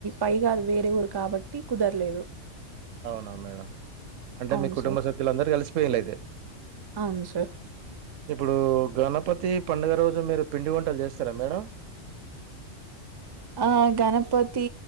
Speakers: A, on the right; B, on the right.
A: పైగా అది వేరే ఊరు కాబట్టి కుదరలేదు
B: అవునా మేడం అంటే
A: అవును
B: మీ కుటుంబ
A: సార్
B: సభ్యులు అందరు కలిసిపోయిళ్లు అయితే
A: అవును సార్
B: ఇప్పుడు గణపతి పండుగ రోజు మీరు పిండి వంటలు చేస్తారా మేడం
A: ఆ గణపతి